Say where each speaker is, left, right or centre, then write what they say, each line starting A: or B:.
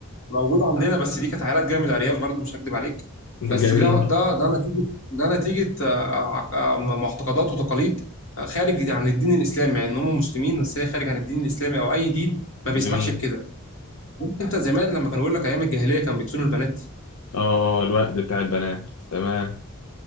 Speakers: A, on the left (about 65°); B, on the left (about 85°).
A: موجود عندنا بس دي كانت عائلات جايه من الارياف برضه مش هكدب عليك
B: <laughs>
A: بس
B: جميل
A: ده ده ده نتيجه ده نتيجه آه، آه، آه، معتقدات وتقاليد آه، خارج عن الدين الاسلامي مع ان هم مسلمين بس هي خارج عن الدين الاسلامي او اي دين ما بيسمحش
B: جميل
A: بكده انت زمان لما كانوا بيقول لك ايام الجاهليه كانوا بيدفنوا البنات
B: اه الوقت بتاع البنات تمام